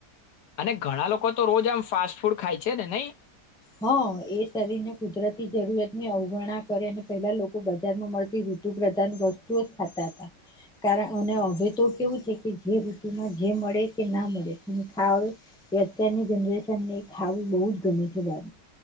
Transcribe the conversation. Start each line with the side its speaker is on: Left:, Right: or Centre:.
Left: અને ઘણા લોકો તો રોજ આમ ફાસ્ટ ફૂડ ખાય છે ને નઈ?
Centre: હા એ શરીર ને કુદરતી જરૂરિયાત ની અવગણના કરે અને પહેલા લોકો બજારમાં મળતી ઋતુ પ્રધાન વસ્તુઓ જ ખાતા હતા કારણ અને હવે તો કેવું છે કે જે ઋતુમાં જે મળે કે ના મળે અને ખાવાવ એ અત્યારની જનરેશનને ખાવ બહુ જ ગમે છે. વા.